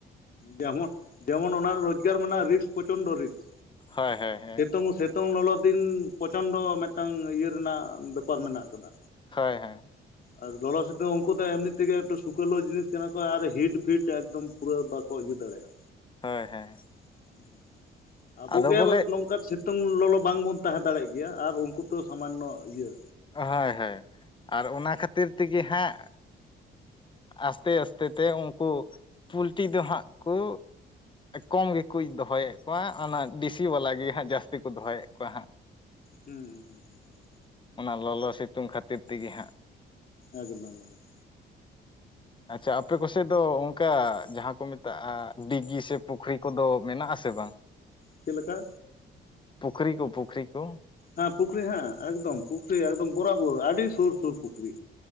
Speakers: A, on the left; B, on the left.
A: ᱡᱮᱢᱚᱱ ᱡᱮᱢᱚᱱ ᱚᱱᱟ ᱨᱳᱡᱽᱜᱟᱨ ᱢᱮᱱᱟᱜᱼᱟ ᱨᱤᱠᱥ ᱯᱨᱚᱪᱚᱱᱰᱚ ᱨᱤᱠᱥ
B: ᱦᱳᱭ ᱦᱳᱭ ᱦᱳᱭ
A: ᱥᱤᱛᱩᱝ <unintelligible> ᱥᱤᱛᱚᱝ ᱞᱚᱞᱚ ᱫᱤᱱ ᱯᱨᱚᱪᱚᱱᱰᱚ ᱢᱤᱫᱴᱟᱝ ᱤᱭᱟᱹ ᱨᱮᱱᱟᱜ ᱵᱮᱯᱟᱨ ᱢᱮᱱᱟᱜ ᱟᱠᱟᱫᱟ᱾
B: ᱦᱳᱭ ᱦᱳᱭ᱾
A: ᱟᱨ ᱞᱚᱞᱚ ᱱᱤᱛᱚᱝ ᱩᱱᱠᱩ ᱫᱚ ᱮᱢᱱᱤ ᱛᱮᱜᱮ ᱥᱩᱠᱞ ᱡᱤᱱᱤᱥ ᱠᱟᱱᱟ ᱠᱚ ᱟᱨ ᱦᱤᱴ ᱯᱷᱤᱴ ᱮᱠᱫᱚᱢ ᱯᱩᱨᱟᱹ ᱵᱟᱠᱚ ᱤᱭᱟᱹ ᱫᱟᱲᱮᱭᱟᱜᱼᱟ᱾
B: ᱦᱳᱭ ᱦᱳᱭ᱾
A: <unintelligible> ᱟᱵᱚᱜᱮ
B: ᱟᱫᱚ
A: <unintelligible>
B: ᱵᱚᱞᱮ
A: ᱱᱚᱝᱠᱟᱱ ᱥᱤᱛᱩᱝ ᱞᱚᱞᱚ ᱵᱟᱝᱵᱚᱱ ᱛᱟᱦᱮᱸ ᱫᱟᱲᱮᱭᱟᱜ ᱜᱮᱭᱟ ᱟᱨ ᱩᱱᱠᱩ ᱛᱚ ᱥᱟᱢᱟᱱᱚ ᱤᱭᱟᱹ
B: ᱦᱳᱭ ᱦᱳᱭ ᱟᱨ ᱚᱱᱟ ᱠᱷᱟᱹᱛᱤᱨ ᱛᱮᱜᱮ ᱦᱟᱸᱜ ᱟᱥᱛᱮ ᱟᱥᱛᱮ ᱛᱮ ᱩᱱᱠᱩ ᱯᱩᱞᱴᱤ ᱫᱚ ᱦᱟᱸᱜ ᱠᱩ ᱠᱚᱢ ᱜᱮᱠᱚ ᱫᱚᱦᱚᱭᱮᱫ ᱠᱚᱣᱟ ᱚᱱᱟ ᱫᱤᱥᱤ ᱵᱟᱞᱟ ᱜᱮ ᱦᱟᱸᱜ ᱡᱟᱹᱥᱛᱤ ᱠᱚ ᱫᱚᱦᱚᱭᱮᱫ ᱠᱚᱣᱟ ᱦᱟᱸᱜ᱾
A: ᱦᱩᱸ ᱦᱩᱸ ᱦᱩᱸ ᱦᱩᱸ ᱦᱩᱸ᱾
B: ᱚᱱᱟ ᱞᱚᱞᱚ ᱥᱤᱛᱩᱝ ᱠᱷᱟᱹᱛᱤᱨ ᱛᱮᱜᱮ ᱦᱟᱸᱜ᱾
A: ᱮᱠᱫᱚᱢ ᱮᱠᱫᱚᱢ᱾
B: ᱟᱪᱪᱷᱟ ᱟᱯᱮ ᱠᱚᱥᱮᱫ ᱫᱚ ᱚᱱᱠᱟ ᱡᱟᱦᱟᱸ ᱠᱚ ᱢᱮᱛᱟᱜᱼᱟ ᱰᱤᱜᱤ ᱥᱮ ᱯᱩᱠᱷᱨᱤ ᱠᱚᱫᱚ ᱢᱮᱱᱟᱜ ᱟᱥᱮ ᱵᱟᱝ?
A: ᱪᱮᱫ ᱞᱮᱠᱟ?
B: ᱯᱩᱠᱷᱨᱤ ᱠᱚ ᱯᱩᱠᱷᱨᱤ ᱠᱚ
A: ᱦᱮᱸ ᱯᱩᱠᱷᱨᱤ ᱦᱮᱸ ᱮᱠᱫᱚᱢ ᱯᱩᱠᱷᱨᱤ ᱮᱠᱫᱚᱢ ᱵᱚᱨᱟᱵᱚᱨ ᱟᱹᱰᱤ ᱥᱩᱨ ᱥᱩᱨ ᱯᱩᱠᱷᱨᱤ᱾